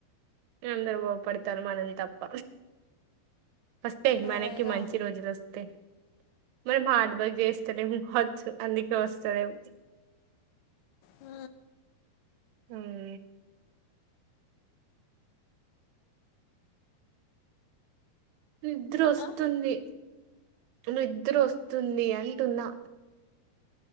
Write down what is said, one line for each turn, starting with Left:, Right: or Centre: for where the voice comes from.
Right: అందరు బాగుపడతారు మనం తప్ప. వస్తయి మనకి
Left: అదేగా
Right: మంచి రోజులు వస్తయి. మనం హార్డ్ వర్క్ చేస్ చలేము హత్ అందుకే వస్తలేవు.
Left: ఆ
Right: హ్ నిద్ర వస్తుంది,
Left: ఆ,
Right: నిద్ర వస్తుంది అంటున్నా.